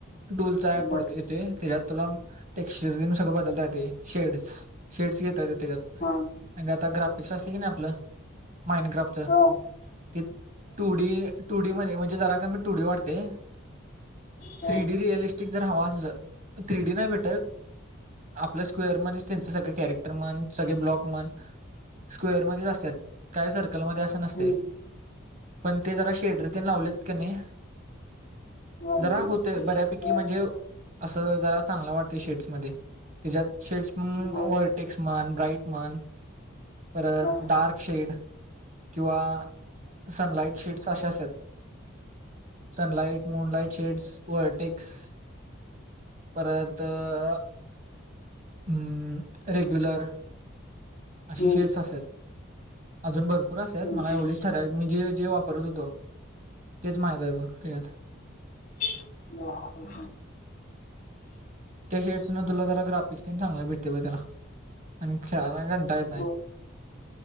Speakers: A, on the right (about 40°); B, on the left (about 40°).
A: डोलचा ॲप
B: बर
A: पडत येतय त्याच्यात तुला टेक्सचर सगळं बदलता येते शेड्स शेड्स घेता येतय त्याच्यात
B: हा
A: आता ग्राफिक्स असतय की नाही आपलं माईंडक्राफ्टच
B: हा हा
A: ते two D two two D मध्ये म्हणजे जरा कमी टु डी वाटतय
B: हा
A: थ्री डी रिअलिस्टिक जर हवा असलं थ्री डी नाही भेटत आपल्या स्क्वेअर मध्येच त्यांचे सगळे कॅरेक्टर म्हण सगळे ब्लाॅकने म्हण स्क्वेअरमध्ये असत्यात काय जर त्याच्या मध्ये अस नसतय
B: हम्म
A: पण ते जरा शेडरी लावलेत की नाही
B: लावलीत
A: जरा होते
B: कणी
A: बऱ्यापैकी
B: त्यात
A: म्हणजे असं जरा चांगला वाटतोय शेड्समध्ये त्याच्यात शेड्स अ
B: बर
A: ऑलटेक्स म्हन ब्राईट म्हन परत
B: हा
A: डार्क शेड किंवा सनलाइट शेड्स अशे असत्यात सनलाइट मूनलाईट शेड्स वरटेक्स परत अम रेग्युलर अशी
B: हम्म
A: शेड्स असत्यात अजून भर पुर असत्यात
B: हम्म
A: मला
B: हम्म,
A: एवढीच ठरावीक मी जे जे वापरत होतो तेच माहित आहे बघ त्यात
B: हू हा ह ह
A: त्या शेड्स न तुला जरा ग्राफिक्स तेन चांगलं भेटते ब तेला आणि ख कंटाळा येत नाही
B: बर